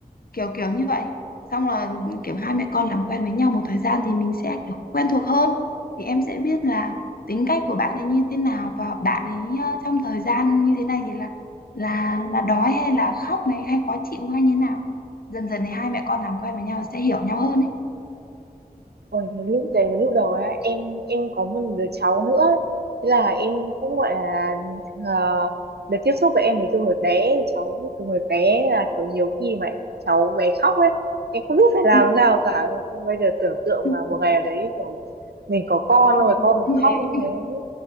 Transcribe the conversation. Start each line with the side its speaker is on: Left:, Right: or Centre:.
Left: kiểu kiểu như vậy xong là kiểu hai mẹ con làm quen với nhau một thời gian thì mình sẽ kiểu quen thuộc hơn thì em sẽ biết là tính cách của bạn ấy như thế nào và bạn ấy ờ, trong thời gian như thế này thì là là là đói hay là khóc này hay khó chịu hay như thế nào dần dần thì hai mẹ con làm quen với nhau sẽ hiểu nhau hơn ấy
Right: Ôi, cái lúc đấy cái lúc đầu á, em em có một đứa cháu nữa thế là em cũng gọi là ờ, được tiếp xúc với em ấy từ hồi bé cháu từ hồi bé là kiểu nhiều khi mà cháu bé khóc ấy em không biết phải làm
Left: Ừ.
Right: thế nào cả xong bây giờ tưởng tượng
Left: ừ.
Right: mà một ngày nào đấy kiểu mình có con
Left: con
Right: rồi
Left: mình
Right: con
Left: nó cũng
Right: mình khóc
Left: thế
Right: như thế